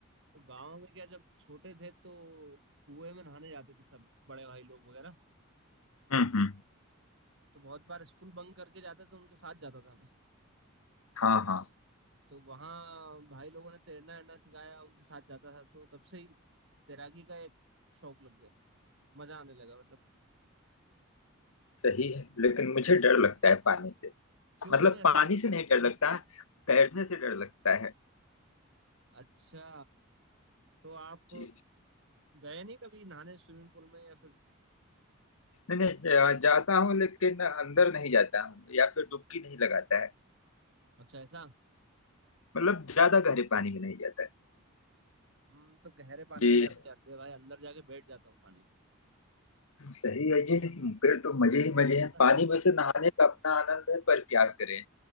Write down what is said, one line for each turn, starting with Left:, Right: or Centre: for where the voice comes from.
Right: तो गांव में क्या जब छोटे थे तो कुएं में नहाने जाते थे सब बड़े भाई लोग वगैरह
Left: हम्म हम्म
Right: तो बहुत बार स्कूल बंक करके जाते थे उनके साथ जाता था मैं
Left: हाँ हाँ
Right: तो वहाँ भाई लोगों ने तैरना वैरना सिखाया उनके साथ जाता था तो तब से ही तैराकी का एक शौक लग गया मजा आने लगा मतलब
Left: सही है लेकिन मुझे डर लगता है पानी से
Right: क्यों
Left: मतलब
Right: क्यों ऐसा
Left: पानी
Right: क्यों
Left: से नहीं डर लगता तैरने से डर लगता
Right: अच्छा तो आप
Left: है
Right: गए नहीं कभी नहाने स्विमिंग पूल में या फिर
Left: नहीं नहीं आ, जाता हूँ लेकिन अंदर नहीं जाता हूँ या फिर डुबकी नहीं लगाता है
Right: अच्छा ऐसा
Left: मतलब ज्यादा गहरे पानी में नहीं जाता है
Right: हम तो गहरे पानी
Left: जी
Right: में चले जाते हैं भाई अंदर जाके बैठ जाता हूँ पानी
Left: सही है जी फिर तो मजे ही मजे हैं पानी
Right: में
Left: में से नहाने का अपना आनंद है पर क्या करें